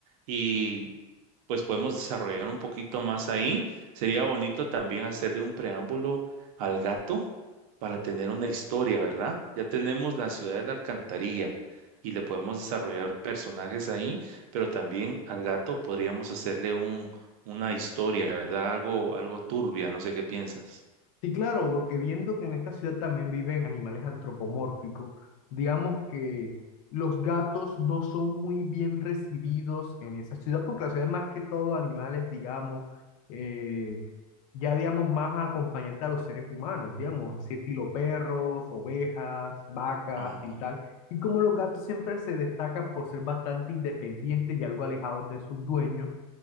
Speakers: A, on the right; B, on the left.
A: Y pues podemos desarrollar un poquito más ahí. Sería bonito también hacerle un preámbulo al gato para tener una historia, ¿verdad? Ya tenemos la ciudad de la alcantarilla y le podemos desarrollar personajes ahí, pero también al gato podríamos hacerle un, una historia, ¿verdad? Algo, algo turbia, no sé qué piensas.
B: Sí, claro, porque viendo que en esta ciudad también viven animales antropomórficos, digamos que los gatos no son muy bien recibidos en esa ciudad, porque la ciudad es más que todo animales, digamos, eh, ya digamos más acompañante a los seres humanos, digamos, así estilo perros, ovejas, vacas
A: Ajá.
B: y tal. Y como los gatos siempre se destacan por ser bastante independientes y algo alejados de sus dueños,